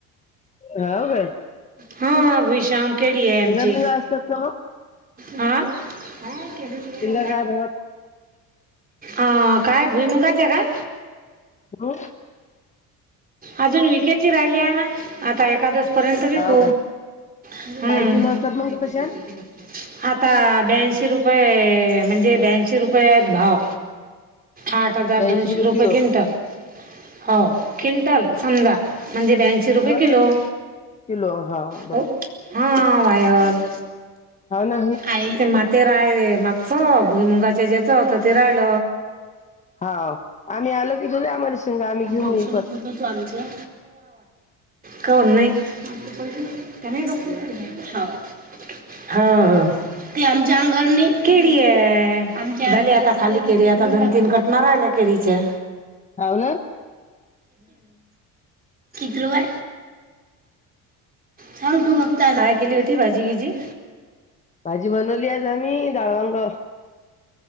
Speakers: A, on the left (about 20°); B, on the right (about 25°).
A: हाव काय
B: हा अभशाग केडी आहे
A: शेंगा
B: आमची
A: बिंगा असतात का मग
B: ह बाय
A: शेंगा काय भावात
B: आ अ काय भुईमुंगाच्या काय
A: हो.
B: अजून विकेची राहिली आहे ना आता एखादस पर्ंतंतब
A: हाव
B: क
A: काय?
B: ह <unintelligible>
A: काय किलो असतात मग त्या तशा?
B: आता ब्यांशी रुपये म्हणजे ब्यांशी रुपये आहेत भाव. आठ हजार
A: ब्याऐंशी
B: दोनशे रुपये
A: किलो
B: क्विंटल हो क्विंटल समजा म्हणजे ब्यांशी रुपये
A: हा
B: किलो.
A: किलो हा बरोबर.
B: हो हा वायल
A: ना
B: आई ते माते राय मागचं भुई मुंगाच्या जेचं होत ते राहिल.
A: हा आम्ही आलो की तुझ आम्हाला शेंगा आम्ही घेऊ
B: डोकं
A: मग विकत.
B: दुखलं तर आमचं का हो नाही पैसे नाही. हा हा ते आमच्या अंगारणी केळी आहे भली आता खाली केळी आता दोन तीन कटणारहिल्या केळीच्या
A: हाव ना
B: ग्र <unintelligible> चाल तू हतााय केली होती भाजी की जी
A: भाजी बनवली आज आम्ही डाळंग